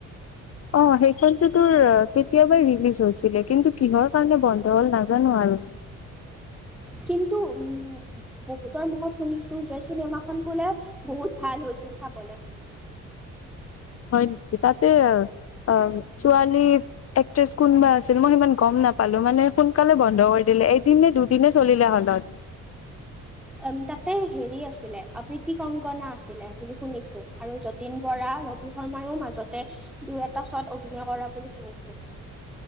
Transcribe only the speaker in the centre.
কিন্তু উম, বহুতৰ মুখত শুনিছো যে চিনেমা খন বোলে বহুত ভাল হৈছিল চাবলে।
উম, তাতে হেৰি আছিলে অ'প্ৰীতি কংকনা আছিলে বুলি শুনিছো আৰু য যতীন বৰা, ৰবি শৰ্মায়ো মাজতে দুই, এটা ছট অভিনয় কৰা বুলি শুনিছোঁ।